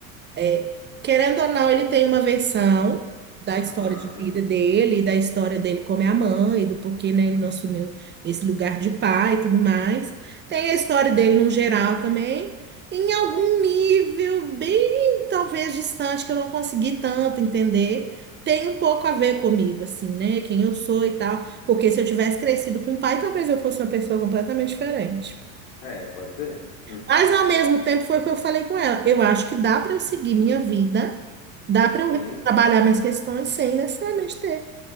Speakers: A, on the right; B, on the left.
A: É, querendo ou não, ele tem uma versão da história
B: Aham.
A: de vida dele, e da história dele como é a mãe, do porquê, né, ele não assumiu esse lugar de pai e tudo mais. Tem a história dele no geral também, em algum nível bem, talvez, distante, que eu não consegui tanto entender. Tem um pouco a ver comigo, assim, né? Quem eu sou e tal. Porque se eu tivesse crescido com o pai, talvez eu fosse uma pessoa completamente diferente. né?
B: É, pode ser. Hum.
A: Mas ao mesmo tempo foi o que eu falei com ela. Eu acho que dá para eu seguir minha vida, dá para
B: Sim,
A: eu trabalhar minhas questões sem necessariamente ter